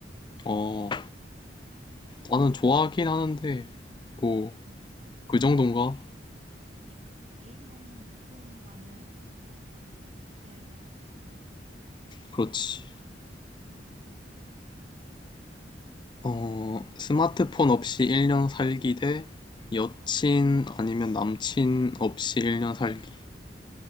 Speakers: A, on the left; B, on the right.
A: 어,
B: 응.
A: 나는 좋아하긴 하는데, 뭐,
B: 응.
A: 그 정도인가?
B: 그러니까 매일 먹는 고통과는 비할 데가 없어.
A: 그렇지.
B: 응
A: 어, 스마트폰 없이 1년 살기 대 여친
B: 응.
A: 아니면 남친 없이 1년 살기.